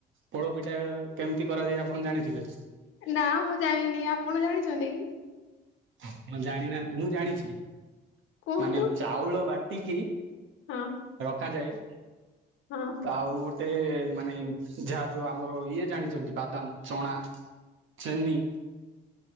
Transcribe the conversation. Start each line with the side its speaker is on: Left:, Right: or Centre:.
Right: ପୋଡ଼ ପିଟା କେମିତି କରାଯାଏ ଆପଣ ଜାଣିଥିବେ।
Left: ନା ମୁଁ ଜାଣିନି ଆପଣ ଜାଣିଚନ୍ତି କି?
Right: ହଁ ଜାଣିନାହାନ୍ତି ମୁଁ ଜାଣିଚି
Left: କୁହନ୍ତୁ
Right: ମାନେ ଚାଉଳ ବାଟ ଟିକି
Left: ହଁ
Right: ରଖାଯାଏ।
Left: ହଁ।
Right: ଆଉ ଗୋଟେ ମାନେ ଯାହା ଯୋଉ ଆମର ଇଏ ଜାଣିଚନ୍ତି ବାଦାମ ଚଣା? ଚେନି।